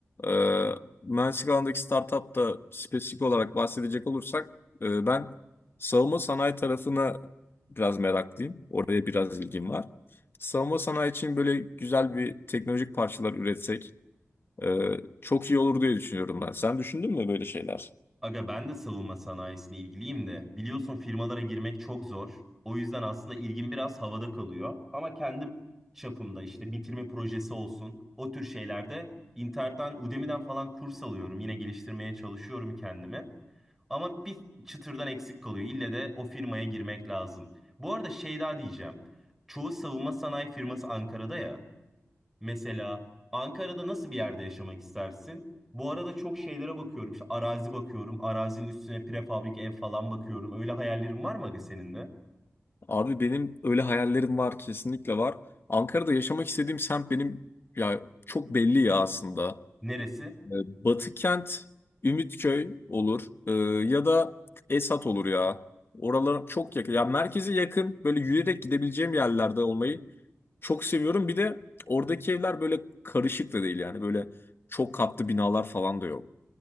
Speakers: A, on the left; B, in the centre.
A: Ee, mühendislik alanındaki startup da spesifik olarak bahsedecek olursak e, ben savunma sanayi tarafına biraz meraklıyım. Oraya biraz ilgim var. Savunma sanayi için böyle güzel bir teknolojik parçalar üretsek e, çok iyi olur diye düşünüyorum ben. Sen düşündün mü böyle şeyler?
B: Aga ben de savunma sanayisine ilgiliyim de biliyorsun firmalara girmek çok zor. O yüzden aslında ilgim biraz havada kalıyor. Ama kendi çapımda işte bitirme projesi olsun o tür şeylerde internetten Udemy'den falan kurs alıyorum. Yine geliştirmeye çalışıyorum kendimi. Ama bir çıtırdan eksik kalıyor. İlle de o firmaya girmek lazım. Bu arada şey daha diyeceğim. Çoğu savunma sanayi firması Ankara'da ya. Mesela Ankara'da nasıl bir yerde yaşamak istersin? Bu arada çok şeylere bakıyorum. İşte arazi bakıyorum. Arazinin üstüne prefabrik ev falan bakıyorum. Öyle hayallerin var mı aga senin de?
A: Abi benim öyle hayallerim var kesinlikle var. Ankara'da yaşamak istediğim semt benim ya çok belli ya aslında.
B: Neresi?
A: Ee, Batı kent, Ümitköy olur Ee, ya da Esat olur ya. Oralar çok yakın. Ya merkeze yakın böyle yürüyerek gidebileceğim yerlerde olmayı çok seviyorum. Bir de oradaki evler böyle karışık da değil yani böyle çok katlı binalar falan da yok.